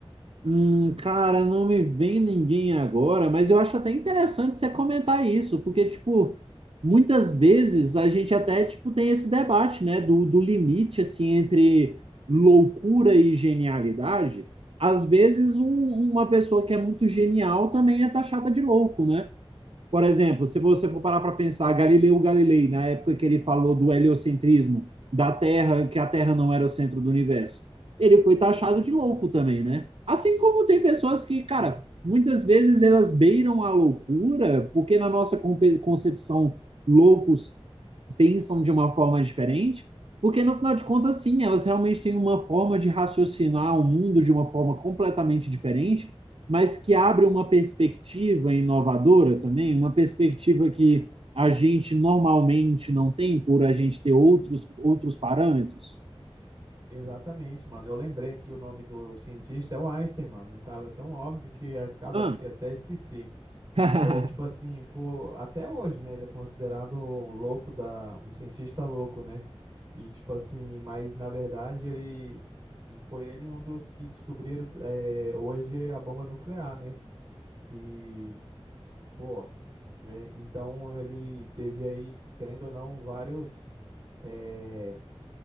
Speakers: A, on the right; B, on the right.
A: Hum, cara, não me vem ninguém agora, mas eu acho até interessante você comentar isso, porque, tipo, muitas vezes a gente até, tipo, tem esse debate, né, do, do limite, assim, entre loucura e genialidade. Às vezes, um- uma pessoa que é muito genial também é taxada de louco, né? Por exemplo, se você for parar para pensar, Galileu Galilei, na época que ele falou do heliocentrismo, da Terra, que a Terra não era o centro do universo, ele foi taxado de louco também, né? Assim como tem pessoas que, cara, muitas vezes elas beiram a loucura, porque na nossa concepção, loucos pensam de uma forma diferente, porque no final de contas, sim, elas realmente têm uma forma de raciocinar o mundo de uma forma completamente diferente, mas que abre uma perspectiva inovadora também, uma perspectiva que a gente normalmente não tem por a gente ter outros, outros parâmetros.
B: Exatamente, mano. Eu lembrei aqui o nome do cientista, é o Einstein, mano. Eu tava tão óbvio que acaba
A: Ah.
B: que até esqueci.
A: <laughs>
B: É, tipo assim, por, até hoje, né, ele é considerado um louco da, um cientista louco, né? E, tipo assim, mas na verdade ele foi ele um dos que descobriram eh, hoje a bomba nuclear, né? Que, pô, eh, então ele teve aí, querendo ou não, vários eh,